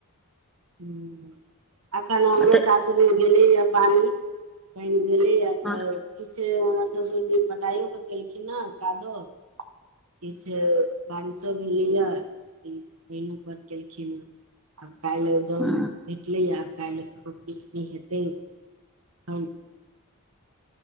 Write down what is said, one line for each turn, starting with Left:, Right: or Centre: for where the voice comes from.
Right: ह अखन हमरो
Centre: तऽ
Right: सासुर मऽ भेलेए पानि पानि भेले य
Centre: ह
Right: तऽ किछु हमर ससुरजी पटाइयो के केलखिन ने कादो किछ बारिशो भेलैया पईनो पर केलखिन हऽ काइल जोन
Centre: ह
Right: भेटलै आब काल्हि नहि हेतैन